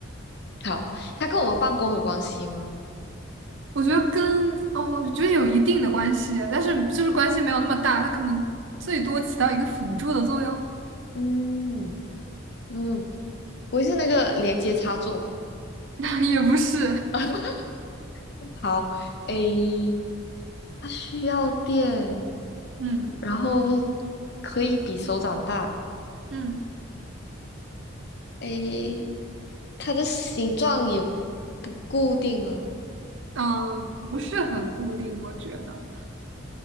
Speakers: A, on the left; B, on the right.
A: 好，它跟我们办公有关系吗？
B: 我觉得跟哦，我觉得有一定的关系，但是就是关系没有那么大，它可能最多起到一个辅助的作用，
A: 嗯嗯，不会是那个连接插座吧？
B: <laughs> 也不是，
A: <laughs> 好，诶，它需要电。
B: 嗯
A: 然后可以比手掌大。
B: 嗯
A: 诶，它的形状也不固定吗？
B: 嗯，不是很固定，我觉得